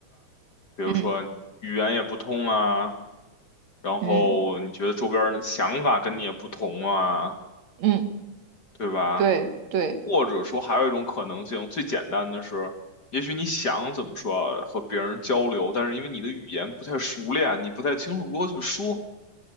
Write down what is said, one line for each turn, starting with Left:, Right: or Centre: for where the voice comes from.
Left: 比如说语言也不通啊，
Right: 嗯
Left: 然后你觉得周边人的想法跟你也不同啊，
Right: 嗯嗯。
Left: 对吧？
Right: 对对，
Left: 或者说还有一种可能性，最简单的是，也许你想怎么说和别人交流，但是因为你的语言不太熟练，你不太清楚如何去说，